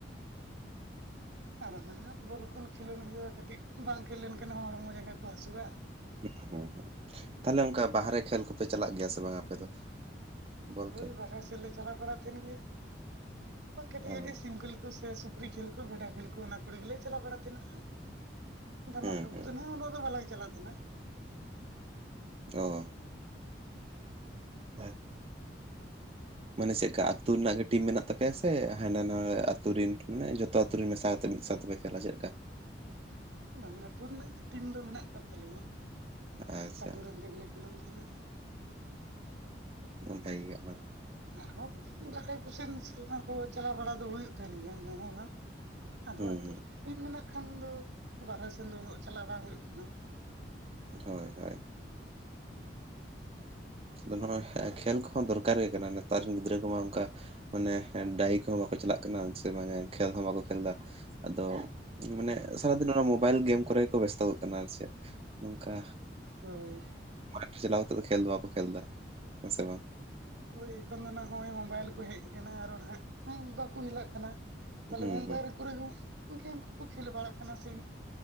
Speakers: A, on the right; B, on the right.
A: ᱟᱨ ᱦ ᱵᱚᱞ ᱠᱷᱚᱱ ᱠᱷᱮᱞᱳᱰ ᱦᱩᱭᱩᱜᱼᱟ ᱠᱟᱹᱴᱤᱡ ᱵᱟᱝ ᱠᱷᱮᱞ ᱞᱮᱱᱠᱷᱟᱱ ᱦᱚᱲᱢᱚ ᱡᱟᱸᱜᱟ ᱠᱚ ᱦᱟᱹᱥᱩᱼᱟ᱾
B: ᱦᱮᱸ ᱦᱮᱸ ᱦᱚᱸ ᱛᱟᱦᱞᱮ ᱚᱱᱠᱟ ᱵᱟᱦᱨᱮ ᱠᱷᱹᱮᱞ ᱠᱚᱯᱮ ᱪᱟᱞᱟᱜ ᱜᱮᱭᱟ ᱥᱮ ᱵᱟᱝ ᱟᱯᱮ ᱫᱚ? ᱵᱚᱞ ᱠᱷᱮᱞ
A: ᱳᱭ ᱵᱟᱨᱦᱮ ᱥᱮᱫ ᱞᱮ ᱪᱟᱞᱟᱣ ᱵᱟᱲᱟ ᱛᱟᱦᱮᱱ ᱜᱮᱭᱟᱭ ᱠᱟᱹᱴᱤᱡ
B: ᱚ
A: ᱠᱟᱹᱴᱤᱡ ᱥᱤᱢᱠᱩᱞᱼᱼ ᱥᱮ ᱥᱩᱠᱨᱤ ᱠᱷᱮᱞ ᱠᱚ ᱵᱷᱮᱰᱟ ᱠᱷᱮᱞ ᱠᱚ ᱚᱱᱟ ᱠᱩᱲ ᱜᱮᱞᱮ ᱪᱟᱞᱟᱣ ᱵᱟᱲᱟ ᱛᱟᱦᱮᱱᱟ᱾ ᱫᱷᱟᱢᱟᱠᱟ
B: ᱦᱩᱸ ᱦᱩᱸ
A: ᱠᱚᱩ ᱩᱱᱟᱹᱜ ᱫᱚ ᱵᱟᱞᱟᱝ ᱪᱟᱞᱟᱜ ᱛᱟᱦᱮᱱᱟ᱾
B: ᱚᱻ
A: <inaudible>
B: <inaudible>
A: <inaudible>
B: ᱢᱟᱱᱮ ᱪᱮᱫᱠᱟ ᱟᱹᱛᱩ ᱨᱮᱱᱟᱜ ᱜᱮ ᱴᱤᱢ ᱢᱮᱱᱟᱜ ᱛᱟᱯᱮᱭᱟ ᱥᱮ ᱦᱟᱱᱟ ᱱᱟᱣᱟ ᱟᱹᱛᱩ ᱨᱮᱱ ᱢᱟᱱᱮ ᱡᱚᱛᱚ ᱟᱹᱛᱩ ᱨᱮᱱ ᱢᱮᱥᱟ ᱠᱟᱛᱮ ᱢᱤᱫ ᱥᱟᱶ ᱛᱮᱯᱮᱼᱼ ᱪᱞᱟ ᱪᱮᱫ ᱞᱮᱠᱟ?
A: ᱵᱟᱝ ᱟᱹᱛᱩ ᱨᱮᱱᱟᱜ ᱜᱮ ᱴᱤᱢ ᱫᱚ ᱢᱮᱱᱟᱜ ᱟᱠᱟᱫ ᱛᱟᱞᱮᱭᱟ᱾
B: ᱟᱪᱪᱷᱟ
A: ᱟᱹᱛᱩ ᱨᱮᱱ ᱛᱮᱜᱮᱞᱮ ᱠᱷᱮᱞᱳᱱ ᱛᱟᱦᱮᱱᱟ
B: ᱦᱩᱸ ᱵᱷᱟᱹᱜᱮ ᱟᱫᱚ ᱾
A: ᱟᱨᱦᱚᱸ ᱫᱟᱭ ᱠᱩᱥᱤᱱ ᱠᱚ ᱪᱟᱞᱟᱣ ᱵᱟᱲᱟ ᱫᱚ ᱦᱩᱭᱩᱜ ᱛᱟᱦᱮᱱ ᱜᱮᱭᱟ ᱦᱚᱸ ᱵᱟᱝ᱾ ᱟᱫᱚ
B: ᱦᱩᱸ
A: ᱟᱛᱳ
B: ᱦᱩᱸ
A: ᱨᱮᱱᱟᱜ ᱴᱤᱢ ᱢᱮᱱᱟᱜ ᱠᱷᱟᱱ ᱫᱚ ᱵᱟᱨᱦᱮ ᱥᱮᱱ ᱫᱚ ᱩᱱᱟᱹᱜ ᱪᱟᱞᱟᱜ ᱵᱟᱝ ᱦᱩᱭᱩᱜ ᱛᱟᱦᱱᱟ ᱾
B: ᱦᱳᱭ ᱦᱳᱭ᱾ ᱟᱫᱚ ᱱᱚᱣᱟ ᱠᱷᱮᱹᱞ ᱠᱚᱦᱚᱸ ᱫᱚᱨᱠᱟᱨ ᱜᱮ ᱠᱟᱱᱟ ᱱᱮᱛᱟᱨ ᱨᱮᱱ ᱜᱤᱫᱽᱨᱟᱹ ᱠᱚᱢᱟ ᱚᱱᱠᱟᱼᱼ ᱢᱟᱱᱮ ᱰᱟᱭᱤ ᱠᱚᱦᱚᱸ ᱵᱟᱠᱚ ᱪᱟᱞᱟᱜ ᱠᱟᱱᱟ ᱥᱮ ᱵᱟᱝᱮ ᱠᱷᱮᱞ ᱦᱚᱸ ᱵᱟᱠᱚ ᱠᱷᱮᱞ ᱮᱫᱟ ᱟᱫᱚᱼᱼ
A: ᱦᱳᱭ
B: ᱢᱟᱱᱮ ᱥᱟᱨᱟ ᱫᱤᱱ ᱢᱳᱵᱟᱭᱤᱞ ᱜᱮᱢ ᱠᱚᱨᱮ ᱜᱮ ᱠᱚ ᱵᱮᱥᱛᱜ ᱠᱟᱱᱟ ᱟᱨ ᱪᱮᱫ ᱱᱚᱝᱠᱟᱼᱼ
A: ᱦᱳᱭ᱾
B: ᱢᱟᱴᱨᱮ ᱪᱟᱞᱟᱣ ᱠᱟᱛᱮᱚ ᱠᱷᱮᱞ ᱫᱚ ᱵᱟᱠᱚ ᱠᱷᱮᱞ ᱮᱫᱟ ᱦᱮᱸ ᱥᱮ ᱵᱟᱝ᱾
A: ᱚᱠᱚᱭ ᱮᱠᱷᱚᱱ ᱫᱚ ᱱᱟ ᱱᱚᱜᱼᱚᱭ ᱢᱳᱵᱟᱭᱤᱞ ᱠᱚ ᱦᱮᱡ ᱟᱠᱟᱱᱟ᱾ ᱟᱨᱚ ᱱᱟᱦᱟᱜ ᱵᱟᱠᱚ ᱦᱮᱞᱟᱜ ᱠᱟᱱᱟ ᱾ ᱛᱟᱦᱞᱮ
B: ᱦᱩᱸ
A: ᱢᱳᱵᱟᱤᱧᱞ
B: ᱦᱩᱸ
A: ᱠᱚᱨᱮ ᱫᱚ ᱜᱮᱢ ᱠᱚᱼᱠᱚ ᱠᱷᱮᱞ ᱵᱟᱲᱟᱜ ᱠᱟᱱᱟ ᱥᱮ